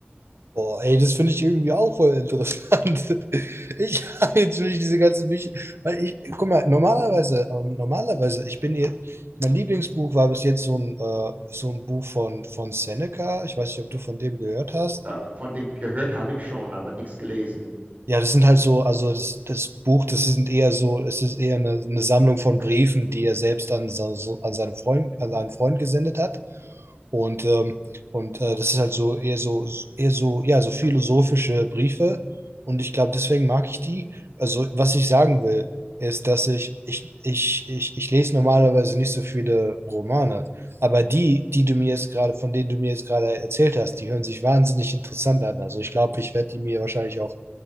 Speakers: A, on the right (about 85°); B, on the right (about 45°).
A: Boah, ey, das finde ich irgendwie auch voll interessant. <laughs> Ich <laughs> jetzt will ich diese ganzen Bücher, weil ich, guck mal, normalerweise, ähm, normalerweise, ich bin hier, mein Lieblingsbuch war bis jetzt so ein, äh, so ein Buch von, von Seneca. Ich weiß nicht, ob du von dem gehört hast.
B: Äh, von dem gehört habe ich schon, aber nichts gelesen.
A: Ja, das sind halt so, also das, das Buch, das sind eher so, es ist eher eine, eine Sammlung von Briefen, die er selbst an, so, so- an seinen Freund, an seinen Freund gesendet hat. Und, ähm, und äh, das ist halt so eher so, eher so, ja, so philosophische Briefe. Und ich glaube, deswegen mag ich die. Also, was ich sagen will, ist, dass ich, ich, ich, ich, ich lese normalerweise nicht so viele Romane. Aber die, die du mir jetzt gerade, von denen du mir jetzt gerade erzählt hast, die hören sich wahnsinnig interessant an. Also ich glaube, ich werde die mir wahrscheinlich auch